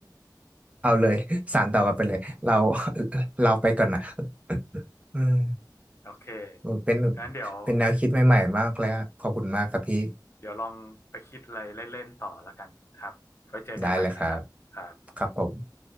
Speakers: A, on the right (about 20°); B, on the left (about 35°).
A: เอาเลยสารต่อกันไปเลยเรา <laughs> เราไปก่อนนะ <laughs> อืม
B: โอเค
A: โอ้เป็น
B: งั้นเดี๋ยว
A: เป็นแนวคิดใหม่ๆมากเลยอะขอบคุณมากครับพี่
B: เดี๋ยวลองไปคิดอะไรเล่นๆต่อแล้วกันครับไว้เจอกันใหม่นะครับครับ
A: ได้เลยครับครับผม